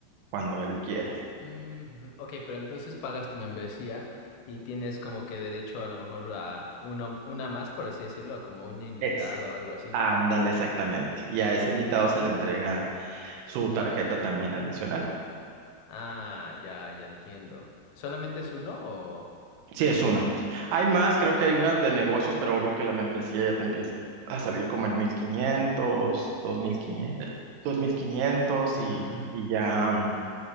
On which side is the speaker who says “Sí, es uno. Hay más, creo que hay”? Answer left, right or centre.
Right